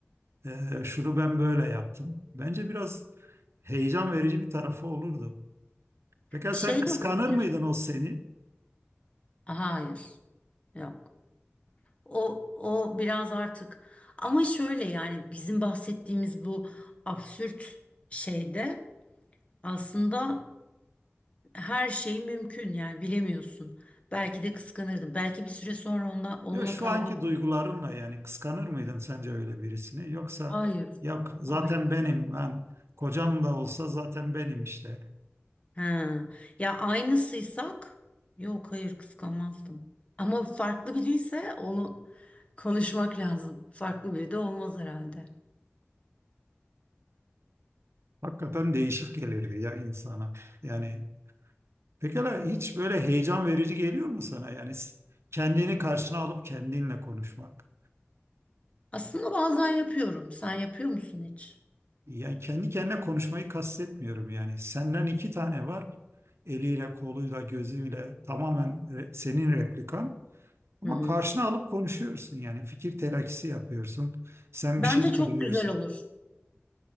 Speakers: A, on the right; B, on the left.
A: eee, şunu ben böyle yaptım. Bence biraz heyecan verici bir tarafı olurdu. Peki
B: Şey
A: sen kıskanır
B: de olabilir.
A: mıydın o seni?
B: Hayır. Yok. O o biraz artık ama şöyle yani bizim bahsettiğimiz bu absürt şeyde aslında her şey mümkün yani bilemiyorsun. Belki de kıskanırdım. Belki bir süre sonra onunla, onunla
A: Yok şu
B: kavga
A: anki
B: etmek
A: duygularınla
B: isterdim.
A: yani kıskanır mıydın sence öyle birisini? Yoksa
B: Hayır.
A: yok zaten
B: Hayır.
A: benim ben kocam da olsa zaten benim işte.
B: He. Ya aynısıysak yok hayır kıskanmazdım. Ama farklı biriyse onu konuşmak lazım. Farklı biri de olmaz herhalde.
A: Hakikaten değişik gelirdi ya insana. Yani pekala hiç böyle heyecan verici geliyor mu sana? Yani s- kendini karşına alıp kendinle konuşmak.
B: Aslında bazen yapıyorum. Sen yapıyor musun hiç?
A: Yani kendi kendine konuşmayı kastetmiyorum yani. Senden iki tane var. Eliyle, koluyla, gözüyle tamamen re- senin replikan. Ama
B: Hı hı.
A: karşına alıp konuşuyorsun yani. Fikir telakisi yapıyorsun. Sen
B: Bence
A: bir şey söylüyorsun.
B: çok güzel olur.